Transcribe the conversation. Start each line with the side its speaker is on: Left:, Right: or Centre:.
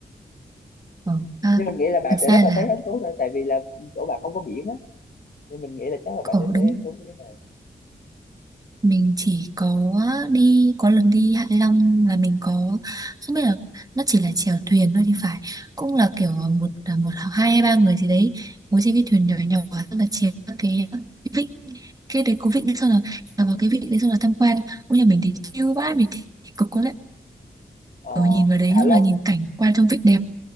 Right: ờ à,
Left: nhưng mình nghĩ là bạn
Right: thực ra
Left: sẽ rất là
Right: là
Left: thấy hứng thú thôi tại vì là chỗ bạn không có biển á nên mình nghĩ là chắc là bạn
Right: ồ
Left: sẽ thấy
Right: đúng
Left: hứng thú với cái này
Right: mình chỉ có đi có lần đi Hạ Long là mình có không biết là nó chỉ là chèo thuyền thôi thì phải cũng là kiểu một à, một hoặc hai hay ba người gì đấy ngồi trên cái thuyền nhỏ nhỏ xong là chèo các cái vịnh cái đấy có vịnh đấy, xong là chèo vào cái vịnh đấy xong là tham quan ôi nhà mình thì chill vãi mình thì cực có lẽ
Left: Ờ,
Right: ở nhìn vào đấy
Left: Hạ
Right: hoặc
Left: Long
Right: là nhìn cảnh quan trong vịnh đẹp